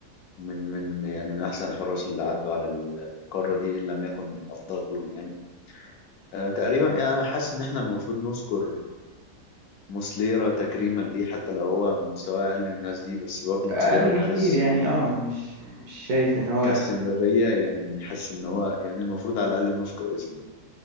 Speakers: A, on the left; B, on the right.
A: من من يعني من احسن الحراس اللي عدوا على القاره دي ان لم يكن افضلهم يعني آه، تقريبا يعني حاسس ان احنا المفروض نذكر موسليرا تكريما ليه حتى لو هو مستواه اقل من الناس دي بس برضه
B: أقل
A: موسليرا
B: بكتير
A: حارس
B: يعني اه مش مش شايف إن هو
A: كاستمراريه يعني حاسس ان هو يعني المفروض على الاقل نذكر اسمه